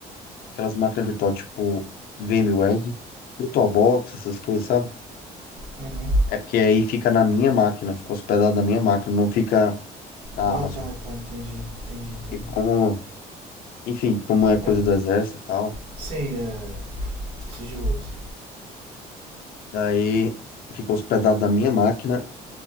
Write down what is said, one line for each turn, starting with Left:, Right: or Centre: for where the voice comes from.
Left: aquelas máquinas virtuais, tipo, VMware, VirtualBox, essas coisas, sabe?
Right: Uhum.
Left: É porque aí fica na minha máquina, fica hospedado na minha máquina, não fica na
Right: Ah,
Left: Amazon.
Right: tá, tá. Entendi. Entendi, entendi.
Left: Porque como, enfim, como é coisa
Right: É.
Left: do exército e tal,
Right: Sim, é. Sigiloso.
Left: Daí fica hospedado na minha máquina,